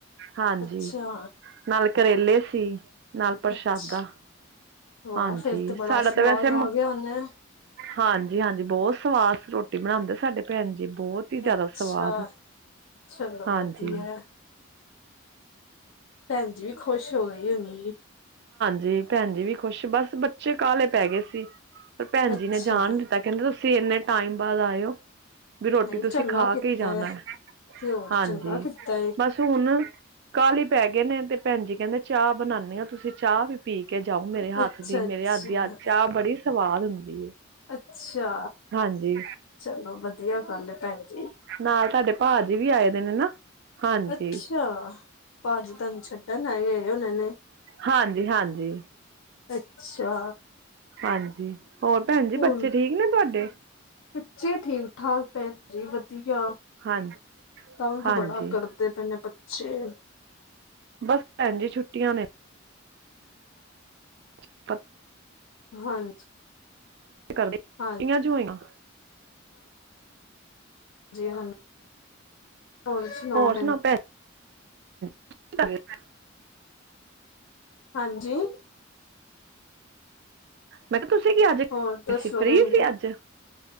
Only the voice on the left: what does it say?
ਅੱਛਾ
ਅੱਛਾ ਵਾਹ
ਫੇਰ ਤੇ ਬੜਾ
ਸਵਾਦ
ਆ ਗਿਆ ਉਹਨੇ
ਅੱਛਾ
ਚਲੋ
ਵਧੀਆ ਭੈਣ। ਜੀ ਵੀ ਖੁਸ਼ ਹੋ ਗਈ ਹੋਣੀ।
ਅੱਛਾ
ਨਹੀਂ
ਚੰਗਾ
ਕੀਤਾ
ਹੈ, ਤੇ ਹੋਰ
ਚੰਗਾ ਕੀਤਾ ਏ
ਅੱਛਾ
ਅੱਛਾ
ਅੱਛਾ,
ਚਲੋ ਵਧੀਆ ਗੱਲ ਭੈਣ ਜੀ।
ਅੱਛਾ, ਭਾਜੀ ਤੁਹਾਨੂੰ ਛੱਡਣ ਆਏ ਗਏ ਉਹਨਾਂ ਨੇ
ਅੱਛਾ।
ਹੋਰ
ਬੱਚੇ ਠੀਕ ਠਾਕ ਭੈਣ ਜੀ ਵਧੀਆ,
ਤੰਗ
ਬੜਾ ਕਰਦੇ ਪਏ ਨੇ ਬੱਚੇ।
ਹਾਂਜੀ।
ਹਾਂ
ਜੀ ਹਾਂ। ਹੋਰ ਸੁਣਾਓ ਭੈ
ਹਾਂਜੀ।
ਹੋਰ ਦੱਸੋ
ਭੈਣ ਜੀ